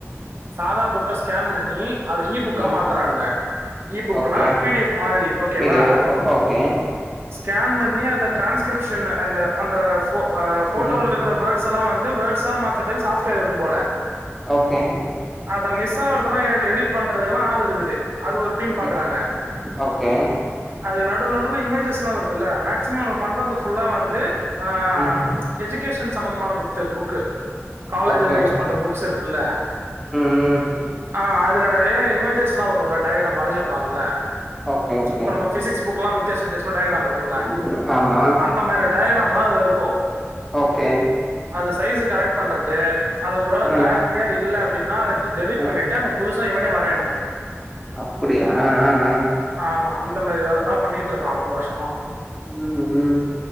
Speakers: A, on the right; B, in the centre.
A: சாதா புக்க ஸ்கேன் பண்ணி அத இ புக்கா
B: ம்
A: மாத்தறானுங்க இ புக்குனா
B: ஓகே
A: பி டி எஃப் மாதிரி ஓக்கேவா
B: பி டி எஃப் ஓகே
A: ஸ்கேன் பண்ணி அத டிரான்ஸ்கிரிப்ஷன் அந்த அந்த ஃபோ ஹ ஃபோட்டோல
B: ம்
A: இருக்கிற வேர்ட்ஸ் எல்லா வந்து வேர்ட்ஸ் சா மாத்தறதுக்கு சாஃப்ட்வேர் இருக்கும் போல
B: ஓகே
A: அத மிஸ் த்தா படத்தெல்லா எடிட் பண்றதுக்குல்லா ஆள் இருக்குது அது ஒரு டீம் பாக்குறாங்க
B: ம் ஓகே
A: அதுக்கு நடுவு நடுவுல இமேஜஸ்லா வருதுல்ல மேக்சிமம் நா பண்றதுக்கு ஃபுல்லா வந்து அ
B: ம்
A: எஜுகேஷன் சம்பந்தமான புத்து புக்கு காலேஜ்ல
B: ஓகே
A: யூஸ்
B: ம்
A: பண்ற புக்ஸ் இருக்குல்ல
B: ம்
A: ஆ அதுல நெறைய இமேஜஸ்லா வரு இல்ல டைகிராம் வரைஞ்சிருப்பாங்கல்ல
B: ஓகே ஓகே
A: இப்ப நம்ம பிசிக்ஸ் புக்கலா வித் யாச வித்தியசமா டைகிராம் இருக்குல்ல
B: ம் ஆமா
A: அந்த மாரி டைகிராம்லா அதுல இருக்கோ
B: ஓகே
A: அது சைஸ்ஸ கரெக்ட் பண்றது அது ஒரு வேல
B: ம்
A: கிளாரி ட்டியா இல்ல அப்டின்னா அத டெலிட்
B: ம்
A: பண்ணிட்டு அங்க புதுசா இவனே வரையனோ
B: அப்படியா அ அ
A: ஆமா இந்த மாரி வேலதா பண்ணிட்டு இருக்கா ரொம்ப வருஷமா
B: ம் ம்